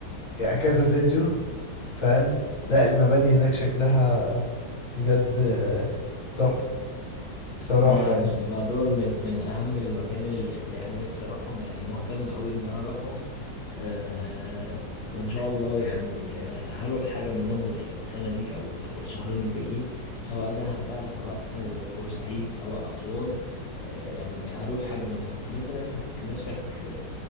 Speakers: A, on the left (about 40°); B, on the left (about 70°).
A: يعني كذا فيديو فاهم لا المباني هناك شكلها بجد تحفة بصراحة
B: ما
A: يعني
B: ما دول من من اهم المكان اللي اللي يعني نفسي اروحهم يعني مهتم قوي ان انا اروحهم آه وان شاء الله يعني آه هروح حاجه منهم ال- السنه دي او ال- او الشهرين الجايين سواء دهب بقى سواء آه بورسعيد سواء اسوان آه يعني هروح حاجه منهم طب انت نفسك نفسك في